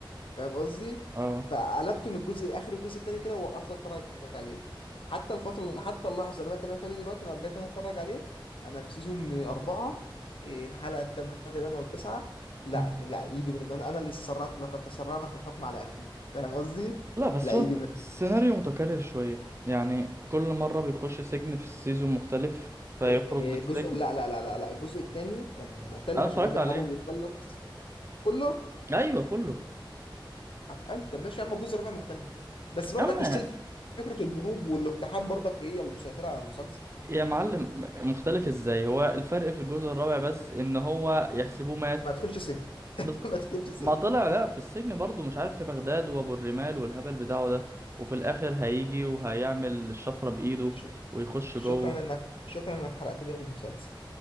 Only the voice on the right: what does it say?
اه
مم.
لا بس
هو
السيناريو متكرر شوية يعني كل مرة بيخش سجن في السيزون مختلف فيخرج
من
السجن
انا
اتفرجت
عليه
ايوه كله
اما
يا معلم مختلف ازاي هو الفرق في الجزء الرابع بس ان هو يحسبوه مات
بز...
ما طلع لا في السجن برضه مش عارف في بغداد وابو الرمال والهبل بتاعه ده وفي الاخر هيجي وهيعمل الشفرة بايده
ويخش
جوه